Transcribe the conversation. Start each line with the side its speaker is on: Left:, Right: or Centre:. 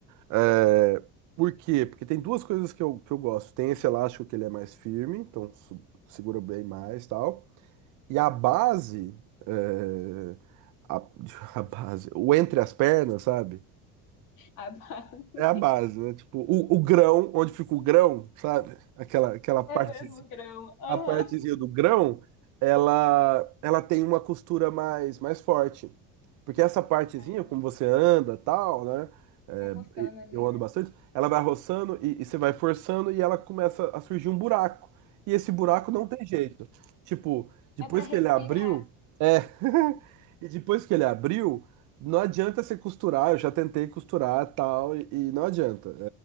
Right: É, por quê? Porque tem duas coisas que eu, que eu gosto. Tem esse elástico que ele é mais firme, então su- segura bem mais e tal. E a base, é, a, <laughs> a base, o entre as pernas, sabe?
Left: A base
Right: É a base, né? Tipo, o, o grão, onde fica o grão, sabe? Aquela, aquela parte.
Left: é mesmo grão. Aham.
Right: a partezinha do grão, ela, ela tem uma costura mais, mais forte. Porque essa partezinha,
Left: Ah,
Right: como você anda, tal, né? é,
Left: Vai roçando
Right: e-
Left: ali,
Right: eu ando
Left: né?
Right: bastante, ela vai roçando e, e você vai forçando e ela começa a surgir um buraco. E esse buraco não tem jeito. Tipo, depois
Left: É para
Right: que
Left: respirar.
Right: ele abriu, é. <laughs> E depois que ele abriu, não adianta você costurar. Eu já tentei costurar, tal, e, e não adianta.